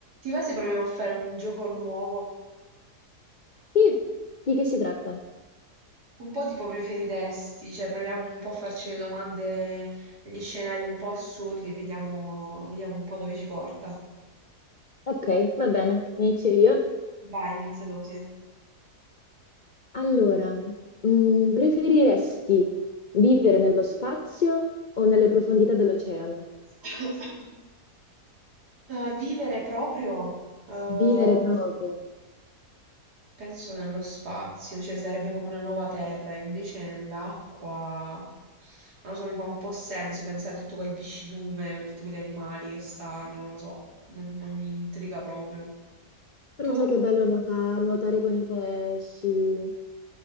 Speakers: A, on the right; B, on the left.
A: Ti va se proviamo a fare un gioco nuovo?
B: Sì, di che si tratta?
A: Un po' tipo preferiresti, cioè proviamo un po' a farci le domande degli scenari un po' assurdi e vediamo, vediamo un po' dove ci porta.
B: Ok, va bene, inizio io.
A: Vai, inizia tu, sì.
B: Allora, mm, preferiresti vivere nello spazio o nelle profondità dell'oceano?
A: <coughs> Eh, vivere proprio? Eh,
B: Vivere proprio.
A: Penso nello spazio, cioè sarebbe come una nuova terra, invece nell'acqua, non lo so, mi fa un po' senso pensare a tutto quel viscidume, tutti quegli animali che stanno, non lo so, non, non mi intriga proprio.
B: Però
A: Tu?
B: sai che bello nuota- nuotare con i pesci, eh,